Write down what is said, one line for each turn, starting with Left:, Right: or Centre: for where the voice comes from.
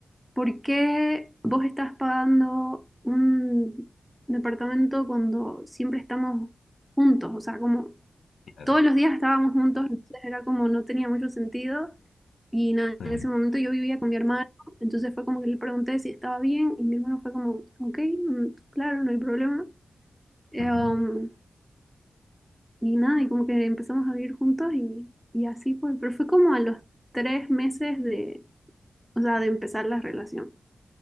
Centre: ¿por qué vos estás pagando un departamento cuando siempre estamos juntos? O sea, como...
Left: claro,
Centre: todos los días estábamos juntos, entonces era como no tenía mucho sentido. Y nada,
Left: sí.
Centre: en ese momento yo vivía con mi hermano, entonces fue como que le pregunté si estaba bien y mi hermano fue como, ok, mm, claro, no hay problema. Eh,
Left: Ujú,
Centre: um, y nada, y como que empezamos a vivir juntos y, y así fue, pero fue como a los tres meses de, o sea, de empezar la relación.